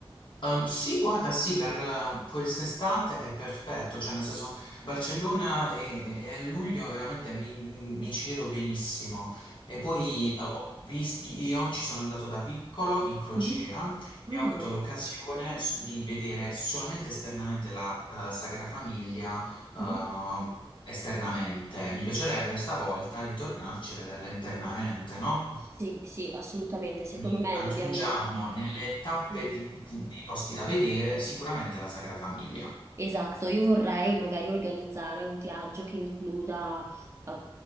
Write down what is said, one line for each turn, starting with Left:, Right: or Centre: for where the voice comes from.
Left: Eh, sì, guarda, sì, per eh, quest'estate è perfetto, cioè nel senso Barcellona e, e a luglio veramente mi, mi ci vedo benissimo. E poi eh, ho vis- io ci sono andato da piccolo in crociera
Right: Mhm,
Left: e
Right: Ah,
Left: ho avuto l'occasione s- di vedere solamente esternamente la eh, Sagra Famiglia eh,
Right: mhm.
Left: esternamente. Mi piacerebbe stavolta ritornarci e vederla internamente, no?
Right: sì, sì, assolutamente. Secondo
Left: quindi
Right: me
Left: aggiungiamo
Right: dobbiamo...
Left: nelle tappe
Right: sì.
Left: di- di- dei posti da vedere sicuramente la Sagra Famiglia.
Right: Esatto, io vorrei magari organizzare un viaggio che includa eh,